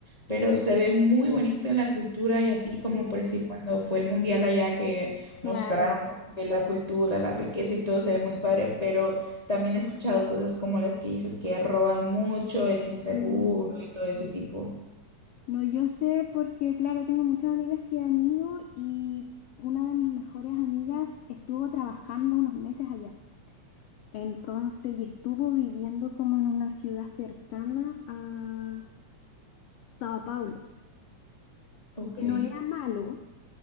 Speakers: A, on the left (about 25°); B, on the left (about 85°).
A: pero se ve muy bonito en la cultura y así como
B: Sí,
A: por decir cuando fue el mundial allá que mostraron
B: Claro.
A: como que la cultura, la riqueza y todo se ve muy padre, pero también he escuchado cosas como las que dices que roban mucho, es inseguro
B: Mm,
A: y todo ese tipo.
B: no, yo sé porque, claro, tengo muchas amigas que han ido y una de mis mejores amigas estuvo trabajando unos meses allá. Entonces, y estuvo viviendo como en una ciudad cercana a Sao Paulo,
A: Ok.
B: que no era malo,